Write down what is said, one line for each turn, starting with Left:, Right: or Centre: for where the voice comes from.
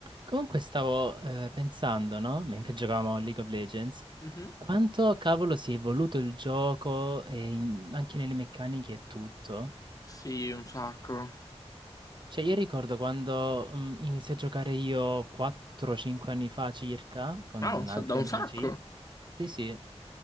Right: Comunque stavo eh, pensando, no? Mentre giocavamo a League of Legends,
Left: Mhm.
Right: quanto cavolo si è evoluto il gioco e in- anche nelle meccaniche e tutto.
Left: Sì, un sacco.
Right: Cioè, io ricordo quando mm, iniziai a giocare io 4-5 anni fa circa, con
Left: Ah, un sa-
Right: altri
Left: da un
Right: amici.
Left: sacco.
Right: Sì, sì.